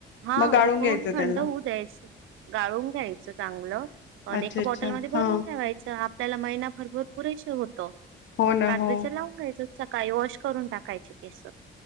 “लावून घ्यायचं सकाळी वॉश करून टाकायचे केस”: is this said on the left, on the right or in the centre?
Right